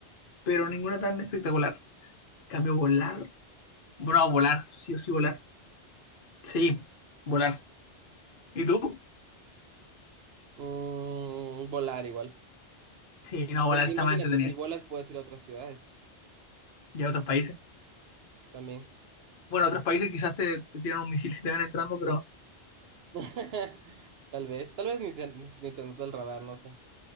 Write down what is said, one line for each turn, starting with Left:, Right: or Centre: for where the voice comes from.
Left: pero ninguna tan espectacular. En Cambio volar. Bueno, no, volar, sí o sí volar. Sí, volar. ¿Y tú?
Right: Mm, volar igual.
Left: Sí, no, volar
Right: Porque
Left: está
Right: imagínate,
Left: más entretenida.
Right: si volas puedes ir a otras ciudades
Left: Y a otros países.
Right: también.
Left: Bueno, otros países quizás te, te tiran un misil si te ven entrando, pero
Right: <laughs> Tal vez, tal vez ni te, ni te ni te nota el radar, no sé.